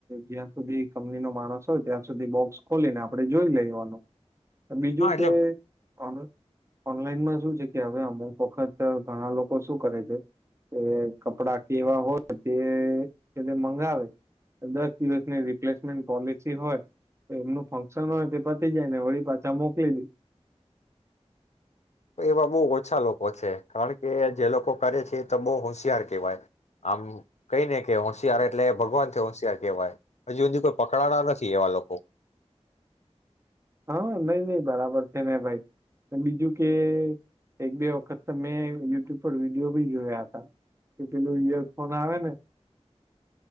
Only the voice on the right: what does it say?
જ્યાં સુધી કંપની નો માણસ હોય ત્યાં સુધી બોક્સ ખોલીને આપડ જોઈ લેવાનો. બીજું
કે,
ઓન ઓનલાઈનમાં શું એ ક્યાં હોય અમુક વખત ઘણા લોકો શું કરે છે કે કપડા કેવા હોય તે તેને મંગાવે દસ દિવસની રિપ્લેસમેન્ટ પોલસી હોય એમનું ફક્શન હોય તે પતી જાયને વળી પાછા મોકલી દે.
હા નઈ નઈ બરાબર છે ને ભાઈ બીજું કે એક-બે વખત તો મેં યુટ્યુબ પર વિડીિયો ભી જોયા હતા કે પેલું ઈયરફોન આવે ને